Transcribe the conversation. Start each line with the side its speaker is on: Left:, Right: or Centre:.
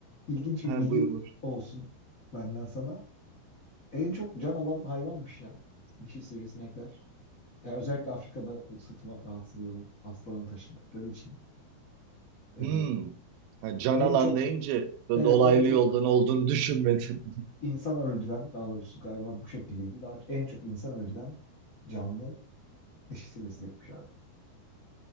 Left: ilginç bir
Right: He,
Left: bilgi
Right: buyur buyur.
Left: olsun benden sana. En çok can alan hayvanmış ya. Dişi sivrisinekler. Ya özellikle Afrika'da bu sıtma rahatsızlığı hastalığını taşıdıkları için. Ee,
Right: Hmm. Ha, can
Left: en
Right: alan
Left: çok
Right: deyince da
Left: evet
Right: dolaylı
Left: en çok
Right: yoldan olduğunu düşünmedim.
Left: insan öldüren daha doğrusu galiba bu şekildeydi. Daha en çok insan öldüren canlı dişi sivrisinekmiş abi.